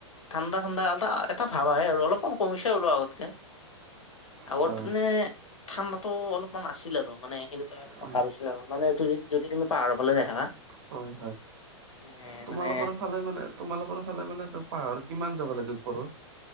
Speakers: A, on the left; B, on the right.
A: ঠাণ্ডা ঠাণ্ডা এলটা, এটা ভাব আহে আৰু অলপমান কমিছে বোলো আগতকে। আগতকেনে
B: হয়
A: ঠাণ্ডা। টো অলপমান আছিল আৰু মানে, সেনেকুৱা এটা
B: অ
A: ভাব হৈছিল আৰু মানে এইটো তুমি যদি তুমি পাহাৰৰ ফালে যাই থাকা।
B: হয় হয়,
A: এ
B: তোমালোকৰ
A: মানে
B: ফালে মানে, তোমালোকৰ ফালে মানে পাহাৰ। কিমান যাব লাগে ওপৰত।